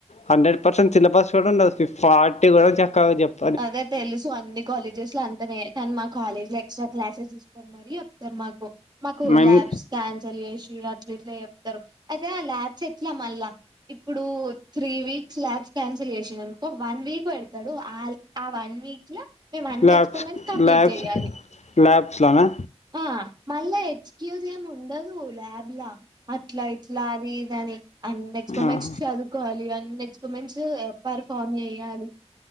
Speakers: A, on the left; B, on the right.
A: hundred percent syllabus కూడా ఉండదు ఫిఫ్టీ పార్టీ కూడా చక్కగా చెప్ప,
B: అదే తెలుసు అన్ని కాలేజెస్ లో అంతా నేస్తానే కానీ మా కాలేజీ లో ఎక్స్ట్రా క్లాసెస్ తీసుకోొని మరి, చెప్తారు మాకు మాకు
A: మేము
B: ల్యాబ్స్, క్యాన్సల్ చేసి ఇగ అట్ల ఇట్లా చెప్తారు అయితే ల్యాబ్స్ ఎట్లా మళ్ళా, ఇప్పుడు త్రీ వీక్స్ ల్యాబ్స్ క్యాన్సిల్ చేసిండనుకో వన్ వీక్ పెడతాడు ఆ లాప్, అవి వన్ వీక్ లో మేము అన్ని
A: ల్యాబ్స్
B: ఎక్స్పరిమెంట్స్ కంప్లీట్
A: ల్యాబ్స్
B: చెయాలి.
A: ల్యాబ్స్లోనా
B: ఆ మళ ఎక్స్క్యూజ్ ఏమీ ఉండదు ల్యాబ్ల, అట్లా ఇట్లా అది ఇది అని అన్న ఎక్స్ప మన్స్
A: ఆహా
B: చదువు, కోవాలి అ నెక్స్ మన్స్ పర్ఫార్మ్ చేయ్యాలి,